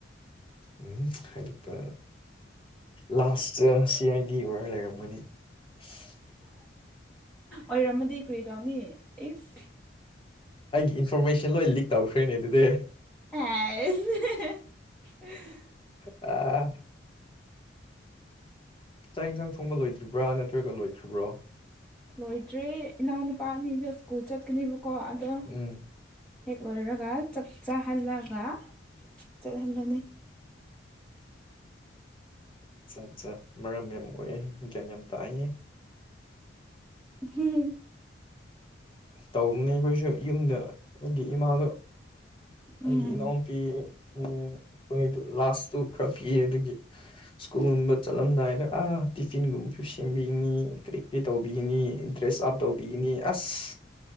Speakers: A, on the left (about 30°); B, in the centre.
A: ꯎꯝ ꯍꯥꯏꯥꯏꯗꯣꯛꯄ ꯂꯥꯁꯇ ꯁꯤ ꯑꯥꯏ ꯗꯤ ꯑꯣꯏꯔ ꯂꯩꯔꯝꯒꯅꯤ ꯎ
B: ꯑꯣꯏꯔꯝꯃꯗꯤ ꯀꯔꯤ ꯇꯧꯅꯤ ꯏꯁ
A: ꯑꯩꯒꯤ ꯏꯟꯐꯣꯔꯃꯦꯁꯟ ꯂꯣꯏ ꯂꯤꯛ ꯇꯧꯈ꯭ꯔꯅꯦ ꯑꯗꯨꯗꯤ
B: ꯑꯦ
A: ꯑ ꯆꯥꯛ ꯌꯦꯟꯁꯥꯡ ꯊꯣꯡꯕ ꯂꯣꯏꯗ꯭ꯔꯤꯕ꯭ꯔꯥ ꯅꯠꯇ꯭ꯔꯒ ꯂꯣꯏꯈ꯭ꯕ꯭ꯔꯣ
B: ꯂꯣꯏꯗ꯭ꯔꯦ ꯏꯅꯥꯎꯅꯨꯄꯥ ꯑꯅꯤꯗ ꯁ꯭ꯀꯨꯜ ꯆꯠꯀꯅꯦꯕꯀꯣ ꯑꯗꯣ
A: ꯎꯝ
B: ꯍ ꯃꯔꯔꯔꯒ ꯆꯛꯆꯥ ꯍꯜꯂꯒ ꯆ ꯍꯜꯂꯅꯤ
A: ꯑꯆꯥ ꯑꯠꯆꯥ ꯃꯔꯝ ꯌꯥꯝ ꯑꯣꯏꯑꯦ ꯒ꯭ꯌꯥꯟ ꯌꯥꯝ ꯇꯥꯛꯏꯌꯦ
B: ꯍꯝ
A: ꯇꯧꯕꯅꯦ ꯑꯩꯈꯣꯏꯁꯨ ꯌꯨꯝꯗ ꯑꯩꯒꯤ ꯏꯃꯥꯗꯣ
B: ꯎꯝ
A: ꯑꯩꯒꯤ ꯏꯅꯥꯎ ꯄꯤꯌꯦ ꯎꯝ ꯑꯩꯈꯣꯏꯗꯨ ꯂꯥꯁꯇꯨ ꯈꯔ ꯄꯤꯌꯦ ꯑꯗꯨꯒꯤ ꯁ꯭ꯀꯨꯜꯒꯨꯝꯕ ꯆꯠꯂꯝꯗꯥꯏꯗ ꯑꯥ ꯇꯤꯐꯤꯟꯒꯨꯝꯕꯁꯨ ꯁꯦꯝꯕꯤꯅꯤ ꯀꯔꯤ ꯄ ꯇꯧꯕꯤꯒꯅꯤ ꯏꯟꯇ꯭ꯔꯦꯁ ꯑꯞ ꯇꯧꯕꯤꯒꯅꯤ ꯑꯁ